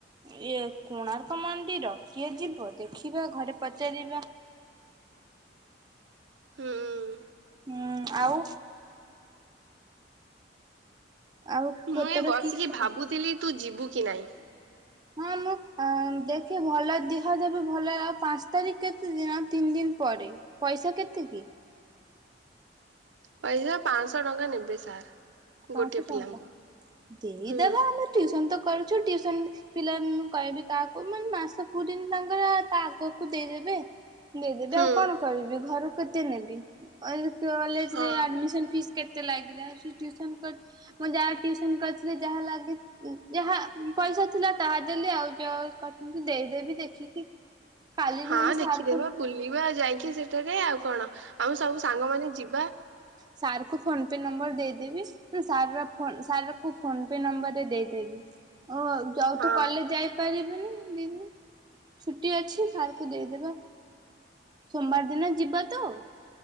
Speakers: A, on the right; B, on the right.
A: ଇଏ କୋଣାର୍କ ମନ୍ଦିର କିଏ ଯିବ, ଦେଖିବା ଘରେ ପଚାରିବା।
B: ହୁଁଁ।
A: ହୁଁ ଆଉ ଆଉ ତୋର
B: ମୁଁ ଏଇ ବସିକି
A: କି ଖବର?
B: ଭାବୁଥିଲି ତୁ ଯିବୁ କି ନାଇଁ।
A: ହଁ ମୁଁ ଦେଖେ ଭଲ ଦେହ ଦେବ ଭଲ ଆଉ ପାଞ୍ଚ ତାରିଖ କେତେ ଦିନ ଆଉ ତିନି ଦିନ ପରେ ପଇସା କେତେ କି?
B: ପଇସା ପାଞ୍ଚଶହ ଟଙ୍କା ନେବେ ସାର୍।
A: ପାଞ୍ଚଶହ
B: ଗୋଟେ ପିଲାଙ୍କୁ
A: ଟଙ୍କା ଦେଇଦବା
B: ହୁଁ
A: ଆମେ ଟିଉସନ ତ କରୁଛୁ ଟିୟୁସନ ପିଲା ମୁଁ କହିବି କାହାକୁ ମାନେ ମାସ ପୁରୀନି ତାଙ୍କର କୁ ଦେଇଦେବେ ଦେଇଦେବେ
B: ହୁଁ
A: ଆଉ କଣ କରିବି ଘରୁ କେତେ ନେବି। କଲେଜରେ
B: ହଁ
A: ଆଡମିସନ ଫିସ୍ କେତେ ଲାଗିଲା ଆଉ ସେ ଟିଉସନ୍ କର ମୁଁ ଟିଉସନ କରିଥିଲେ ଯାହା ଲାଗି ଯାହା ପଇସା ଥିଲା ତାହା ଦେଲି ଆଉ ଯଉ କରି ଦେଇଦେବି ଦେଖିକି।
B: <inaudible>
A: କାଲି
B: ହଁ
A: ନହେଲେ
B: ଦେଖିଦେବା
A: ସାର୍ କୁ
B: ବୁଲିବା ଆଉ ଯାଇକି ସେଠାରେ ଆଉ କଣ ଆମେ ସବୁ ସାଙ୍ଗମାନେ ଯିବା।
A: ସାର୍କୁ ଫୋନ୍ ପେ ନମ୍ବର ଦେଇଦେବି। ସାର ପା ଫୋନ୍ ସାର କୁ ଫୋନ ପେ ନମ୍ବରରେ ଦେଇଦେବି ଓ ଯଉ
B: ହଁ
A: ତୁ କଲେଜ ଯାଇ ପାରିବିନି ଦି ଦିନ ଛୁଟି ଅଛି ସାର୍କୁ ଦେଇଦେବା। ସୋମବାର ଦିନ ଯିବା ତ?